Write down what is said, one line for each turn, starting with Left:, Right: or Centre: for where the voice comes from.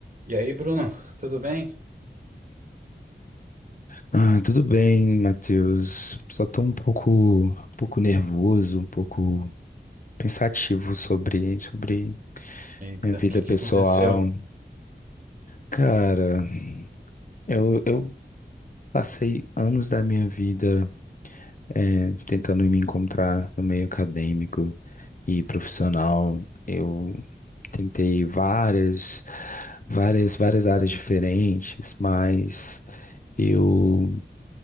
Right: E aí, Bruno, tudo bem?
Left: Ah, tudo bem, Matheus. Só tô um pouco, um pouco nervoso, um pouco pensativo sobre, sobre
Right: Eita,
Left: minha vida
Right: o que que
Left: pessoal.
Right: aconteceu?
Left: Cara, eu, eu passei anos da minha vida eh, tentando me encontrar no meio acadêmico e profissional. Eu tentei várias, várias, várias áreas diferentes, mas eu,